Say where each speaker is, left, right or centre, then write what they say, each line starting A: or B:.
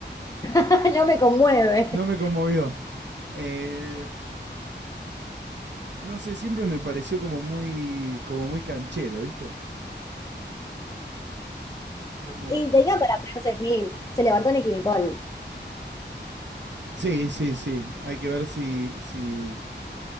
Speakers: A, on the left; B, on the right.
A: <laughs> No me conmueve.
B: No me conmovió. Eh, no sé, siempre me pareció como muy, como muy canchero, ¿viste? Como,
A: Y tenía para ponerse mil, se levantó Nicki Nicole.
B: Sí, sí, sí. Hay que ver si, si,